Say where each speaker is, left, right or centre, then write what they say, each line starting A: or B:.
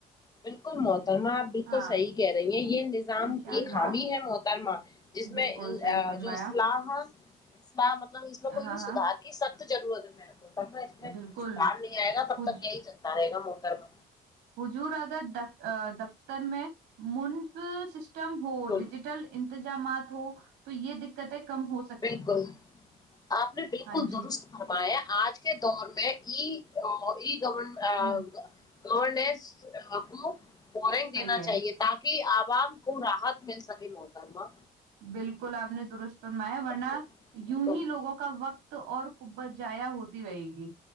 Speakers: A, on the left; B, on the right.
A: بالکل محترمہ آپ بالکل
B: ہاں
A: صحیح کہہ رہی ہیں یہ نظام
B: انشاء اللہ
A: ایک خامی ہے محترمہ جس
B: بالکل
A: میں
B: صحیح فرمایا
A: جو اسلح اس مطلب اس میں
B: ہاں
A: کوئی بھی
B: ہاں
A: سدار کہ سخت ضرورت ہے میرے کو دم اس میں
B: بالکل
A: سدار نہیں آئے گا تب
B: کچھ
A: تک یہی چلتا رہے گا محترمہ
B: حضور اگر دف دفتر میں منف سسٹم ہو
A: بالکل
B: ڈجیٹل انتظامات ہو تو یہ دقتیں کم ہوک
A: بالکل آپ نے بالکل
B: ہاں جی
A: درست فرمایا آج کے دور میں ای ای گورن
B: ہ
A: گس کو فورین
B: صحیح
A: دینا
B: ہے
A: چاہیے تا کہ عوام کو راحت مل سکے محترمہ
B: بالکل آپ نے درست فرمایا ورنہ
A: بالکل بالکل
B: یوں ہی لوگوں کا وقت تو اور کبت جایا ہوتی رہے گی